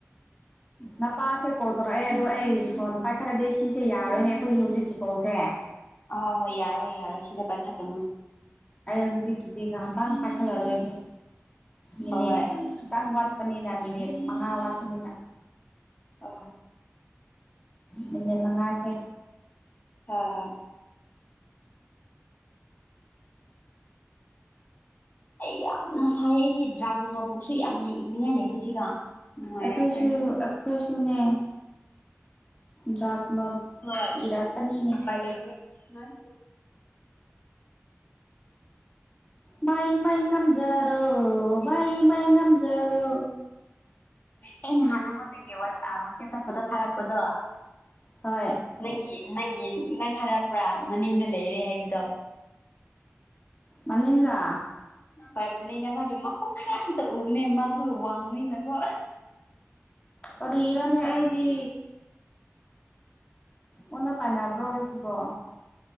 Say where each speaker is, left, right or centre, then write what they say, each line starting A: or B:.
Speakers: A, on the left; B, on the left.
A: ꯅ ꯄꯥꯁꯦ ꯀꯣ ꯇꯧꯔꯣ ꯑꯩ ꯑꯗꯣ ꯑꯩ ꯁꯣꯟ ꯄꯥꯏꯈꯠꯂꯗꯤꯦ ꯁꯤꯁꯦ ꯌꯥꯔꯣꯏꯅꯦ ꯑꯩꯈꯣꯏꯒꯤ ꯍꯧꯖꯤꯛꯀꯤꯀꯣꯁꯦ
B: ꯍ ꯍꯣꯏ ꯌꯥꯔꯣꯏ ꯌꯥꯔꯣꯏ ꯁꯤꯗ ꯄꯥꯏꯈꯥ ꯀꯩꯅꯣ
A: ꯍꯧꯖꯤꯛꯀꯤꯗꯤ ꯉꯥꯏꯍꯥꯛꯇꯪ ꯄꯥꯏꯈꯠꯂꯔꯣꯏꯒꯦ ꯃꯤꯅꯤꯠ
B: ꯍꯣꯏ ꯍꯣꯏ
A: ꯈꯤꯇꯥꯡ ꯋꯥꯠ ꯆꯠꯄꯅꯤꯅ ꯃꯤꯅꯤꯠ ꯃꯉꯥ ꯋꯥꯠꯄꯅꯤꯅ
B: ꯑ
A: ꯃꯤꯅꯤꯠ ꯃꯉꯥꯁꯦ
B: ꯍ ꯍ ꯑꯩ ꯌꯥꯝꯅ ꯁꯥꯏ ꯑꯩꯗꯤ ꯗ꯭ꯔꯒ ꯅꯣꯕꯨꯛꯁꯨ ꯌꯥꯝꯅ ꯏꯅꯤꯡꯉꯥꯏ ꯂꯩꯕꯁꯤꯒ ꯅꯨꯡꯉꯥꯏꯔꯛꯇ꯭ꯔꯦ
A: ꯑꯩꯈꯣꯏꯁꯨ ꯑꯩꯈꯣꯏ ꯁꯨꯟꯅ ꯗ꯭ꯔꯥꯛ ꯅꯣꯠ
B: ꯍꯣꯏ
A: ꯏꯔꯛꯄꯅꯤꯅꯦ
B: ꯎꯄꯥꯏ ꯂꯩꯇꯦ ꯑꯩ
A: ꯃꯥꯏ ꯃ ꯏ ꯉꯝꯖꯥꯔꯣ ꯏ ꯄꯥꯏꯅꯝꯖꯔꯣ
B: ꯑꯩ ꯅꯍꯥꯟ ꯅꯪꯉꯣꯟꯗꯒꯤ ꯋꯥꯆꯦꯞꯇ ꯐꯣꯇꯣ ꯊꯥꯔꯛꯄꯗꯣ
A: ꯍꯣꯏ
B: ꯅꯪꯒꯤ ꯅꯪꯒꯤ ꯅꯪ ꯈꯪꯔꯛꯄ꯭ꯔꯥ ꯃꯅꯤꯡꯗ ꯂꯩꯔꯦ ꯍꯥꯏꯕꯗꯣ
A: ꯃꯅꯤꯡꯒꯥ
B: ꯑꯣꯏꯔꯕꯅꯤꯅ ꯃꯥꯒꯤ ꯃꯀꯣꯛ ꯈꯔꯁꯤꯗ ꯎꯕꯅꯦ ꯃꯥꯁꯨ ꯋꯥꯡꯕꯅꯤꯅꯀꯣ
A: ꯀꯔꯤ ꯏꯔꯣꯅꯦ ꯑꯩꯗꯤ ꯑꯣꯟꯅ ꯇꯥꯟꯅꯕ꯭ꯔꯣ ꯍꯥꯏꯁꯤꯕꯣ